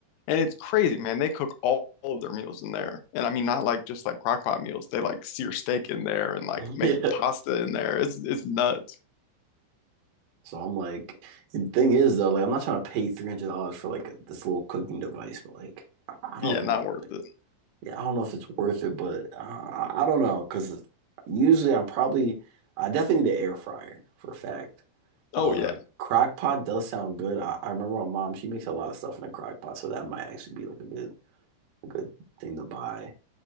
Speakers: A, on the left; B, on the right.
A: And it's crazy, man. They cook all, all of their meals in there. And I mean not like just like crock pot meals. They like sear steak in there and like
B: <laughs>
A: make
B: Yeah.
A: pasta in there. It's it's nuts.
B: So I'm like, the thing is though, like I'm not trying to pay $300 for like this little cooking device, but like I I don't
A: Yeah, not
B: know.
A: worth
B: Like,
A: it.
B: yeah, I don't know if it's worth it, but uh, I don't know because usually I'm probably I definitely need an air fryer for a fact.
A: Oh
B: Uh,
A: yeah.
B: crock pot does sound good. I, I remember my mom, she makes a lot of stuff in a crock pot, so that might actually be like a good a good thing to buy.